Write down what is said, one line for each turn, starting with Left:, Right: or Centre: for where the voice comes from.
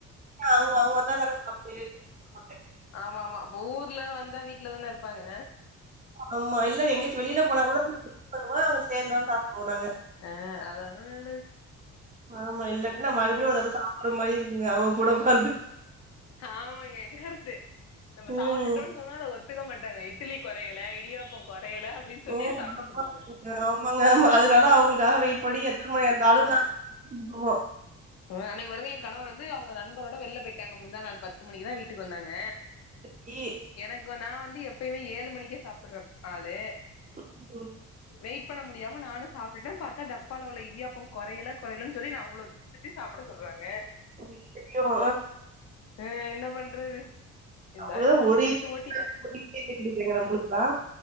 Right: அவுங்க அவுங்க வந்தாதாங்க சாப்டுவ <inaudible>
Left: ஆமா ஆமா அப்ப ஊர்ல வந்தா வீட்லதான இருப்பாங்க
Right: ஆமா இல்ல எங்கயாச்சு வெளியில போனா கூட நா வெயிட் பண்ணுவ அவங்க சேந்துதா சாப்டுவோ நாங்க
Left: அ அதாங்க நல்லது
Right: ஆமா இல்லாட்டி நா மறுபடியு ஒரு தடவ சாப்புட்ற மாரி இருக்குங்க அவுங்க கூட ஒக்காந்து
Left: ஆமாங்க எங்கருந்து நம்ப
Right: ம்
Left: சாப் ட்டுட்டோ சொன்னா அத ஒத்துக்க மாட்டங்க இட்டிலி கொறையல இடியாப்போ கொறையல அப்டின்னு சொல்லியே
Right: ம்
Left: சாப்ட சொல்லுவாங்க
Right: ஆமாங்க ஆமாங்க ஆமா அதனால அவங்களுக்காக வெயிட் பண்ணி எத்தன மணியா இருந்தாலு நா ப்டுவோ
Left: ம், அன்னைக்கு பாருங்க எ கணவர் வந்து அவுங்க நண்பரோட வெளில போயிட்டாங்க முந்தா நாள் பத்து மணிக்குதா வீட்டுக்கு வந்தாங்க
Right: சேரி
Left: எனக்கு நா வந்து எப்பயுமே ஏழு மணிக்கே சாப்புட்ற ஆளு
Right: ம், ம்
Left: வெயிட் பண்ண முடியாம நானு சாப்ட்டுட்ட பாத்தா டப்பால உள்ள இடியாப்போ கொறையல கொறையலன்னு சொல்லி என்ன அவ்ளோ திட் டி சாப்ட சொல்றாங்க
Right: அவங்களுக்கு தெரியு
Left: அ என்ன பண்றது இருந்தாலு
Right: நம்பளுக்குதா
Left: இத மல்லு
Right: ஒரு
Left: கட்டிட்டு
Right: இட்லி
Left: ஓட்டிட்டே
Right: <inaudible> நம்பளுக்குதா